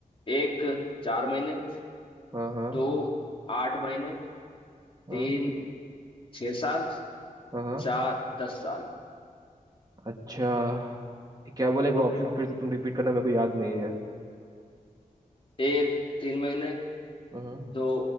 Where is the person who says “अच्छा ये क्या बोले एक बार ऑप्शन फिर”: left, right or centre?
Right